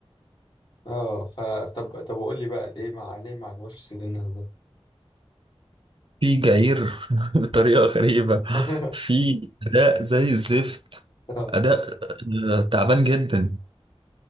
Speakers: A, on the left (about 45°); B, on the right (about 55°).
A: اه ف طب طب قول لي بقى ليه مع ليه ما عجبوش سيد الناس ده
B: في جعير <laughs> بطريقة غريبة
A: <laughs>
B: في أداء زي الزفت
A: اه
B: أداء آه، تعبان جدا